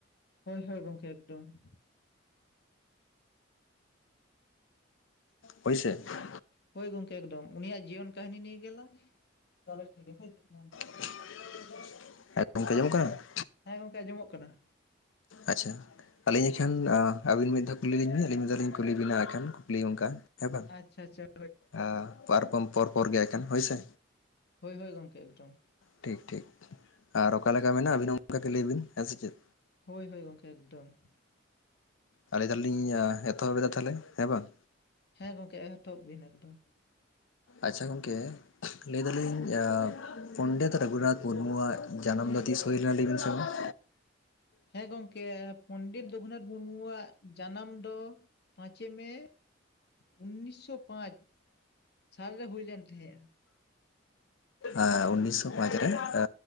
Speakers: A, on the left; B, on the left.
A: ᱦᱳᱭ ᱦᱳᱭ ᱜᱚᱝᱠᱮ ᱮᱠᱫᱚᱢ ᱾
B: ᱦᱳᱭ ᱥᱮ ᱾
A: ᱦᱳᱭ ᱜᱚᱝᱠᱮ ᱮᱠᱰᱚᱢ, ᱩᱱᱤᱭᱟᱜ ᱡᱤᱭᱚᱱ ᱠᱟᱹᱦᱤᱱᱤ ᱱᱤᱭᱮ ᱜᱮᱞᱟᱝ ᱜᱟᱞᱚᱪ ᱞᱮᱜᱮ ᱦᱳᱭ ᱥᱮ ᱾
B: <unintelligible>
A: ᱦᱮᱸ ᱜᱚᱝᱠᱮ ᱟᱸᱡᱚᱢᱚᱜ ᱠᱟᱱᱟ ᱾
B: ᱟᱪᱪᱷᱟ ᱟᱹᱞᱤᱧ ᱮᱠᱷᱟᱱᱻ ᱟ ᱟᱵᱤᱱ ᱢᱤᱫ ᱫᱷᱟᱣ ᱠᱩᱞᱤ ᱞᱤᱧᱵᱤᱱ ᱟᱹᱞᱤᱧ ᱢᱤᱫ ᱫᱷᱟᱣᱤᱧ ᱠᱩᱞᱤ ᱵᱤᱱᱟ ᱟᱠᱷᱟᱱ ᱠᱩᱠᱞᱤ ᱚᱝᱠᱟ, ᱦᱮᱸ ᱵᱟᱝ᱾
A: ᱟᱪᱪᱷᱟ, ᱟᱪᱪᱷᱟ ᱾
B: ᱟ ᱯᱚᱨ ᱠᱚᱢ ᱯᱚᱨ ᱯᱚᱨ ᱜᱮ ᱮᱜ ᱠᱷᱟᱱ ᱦᱳᱭ ᱥᱮ᱾
A: ᱦᱳᱭ‌ ᱦᱳᱭ ᱜᱚᱝᱠᱮ ᱮᱠᱫᱚᱢ ᱾
B: ᱴᱷᱤᱠ ᱴᱷᱤᱠ ᱾ ᱟᱨ ᱚᱠᱟ ᱞᱮᱠᱟ ᱢᱮᱱᱟᱜᱼᱟ ᱟᱹᱵᱤᱱ ᱦᱚᱸ ᱚᱝᱠᱟᱜᱮ ᱞᱟᱹᱭ ᱵᱤᱱ ᱦᱮᱸ ᱥᱮ ᱪᱮᱫ?
A: ᱦᱳᱭ ᱦᱳᱭ ᱜᱚᱝᱠᱮ ᱮᱠᱫᱚᱢ ᱾
B: ᱟ ᱞᱮᱭ ᱫᱟᱞᱤᱧᱻ ᱮᱛᱚᱦᱚᱵ ᱮᱫᱟ ᱛᱟᱦᱚᱞᱮ ᱦᱮ ᱵᱟᱝ?
A: ᱦᱮᱸ ᱜᱚᱝᱠᱮ ᱮᱦᱚᱛᱚᱵ ᱵᱤᱱ ᱮᱠᱫᱚᱢ ᱾
B: ᱟᱪᱪᱷᱟ ᱜᱚᱝᱠᱮ? ᱞᱮᱭ ᱫᱟᱞᱤᱧ ᱟᱻ ᱯᱚᱱᱰᱤᱛ ᱨᱚᱜᱷᱩᱱᱟᱛᱷ ᱢᱩᱨᱢᱩᱣᱟᱜ ᱡᱟᱱᱟᱢ ᱫᱚ ᱛᱤᱥ ᱦᱩᱭ ᱞᱮᱱᱟ ᱞᱮᱭᱵᱤᱱ ᱥᱮ ᱢᱟ? <inaudible>
A: ᱦᱮᱸ ᱜᱚᱝᱠᱮ, ᱯᱚᱱᱰᱤᱛ ᱨᱚᱜᱷᱩᱱᱟᱛᱷ ᱢᱩᱨᱢᱩᱣᱟᱜ ᱡᱟᱱᱟᱢ ᱫᱚ ᱯᱟᱸᱪᱮ ᱢᱮ ᱩᱱᱱᱤᱥᱥᱚ ᱯᱟᱸᱪ ᱥᱟᱞᱨᱮ ᱦᱩᱭᱞᱮᱱ ᱛᱟᱦᱮᱸᱜᱼᱟ ᱾
B: ᱟᱻ ᱩᱱᱱᱤᱥᱥᱚ ᱯᱟᱸᱪᱨᱮ ᱟᱻ